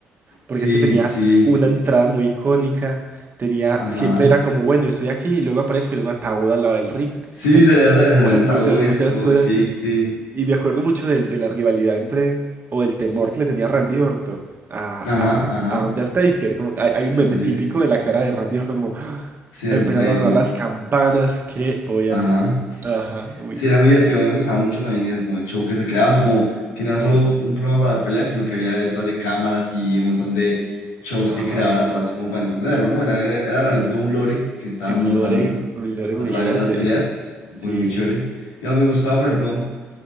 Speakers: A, on the left; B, on the right.
A: Sí,
B: porque es que tenía
A: sí.
B: una entrada muy icónica, tenía,
A: Ajá.
B: siempre era como, bueno, estoy aquí, y luego aparezco en un ataúd al lado del ring,
A: Sí, salía de adelantado,
B: <laughs> muchas, muchas
A: y así todo
B: cosas,
A: ficti.
B: y y me acuerdo mucho de, de la rivalidad entre, o del temor que le tenía Randy Orton a,
A: Ajá,
B: a,
A: ajá.
B: a Undertaker, como, hay, hay
A: Sí,
B: un meme
A: sí.
B: típico de la cara de Randy Orton, como, <gasps>
A: Sí,
B: empezaron
A: asustadísimo.
B: a sonar las campanas, ¿qué voy
A: Ajá.
B: a hacer? Ajá, muy
A: Sí,
B: útil.
A: era muy divertido, me gustaba mucho también eso, como el show que se creaban, como que no era
B: Sí,
A: solo un programa para dar peleas, sino que había detrás de cámaras y un montón de shows
B: ajá,
A: que creaban atrás como para entretenerlo, ¿no? Era, era, era
B: sí,
A: realmente todo un lore que se estaban
B: Es un
A: montando
B: lore, un lore
A: a
B: muy
A: través
B: grande,
A: de las peleas,
B: sí.
A: muy, muy chévere. Digamos, me gustaba, por ejemplo,